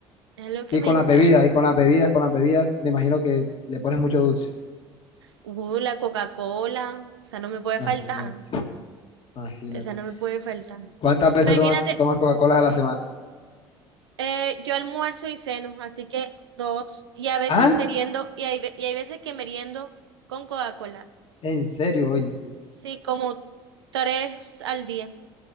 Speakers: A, on the right; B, on the left.
A: es algo que
B: Y
A: me
B: con
A: encanta.
B: las bebidas, y con las bebidas, con las bebidas, me imagino que le pones mucho dulce.
A: Uh, la Coca-Cola, esa no me puede
B: Imagínate,
A: faltar,
B: imagínate.
A: esa no me puede faltar.
B: ¿Cuántas veces
A: Imagínate.
B: tomas, tomas Coca-Cola a la semana?
A: Eh, yo almuerzo y ceno, así que dos. Y a veces
B: ¿Ah?
A: meriendo, y hay, ve- y hay veces que meriendo con Coca-Cola.
B: ¿En serio, oye?
A: Sí, como tres al día.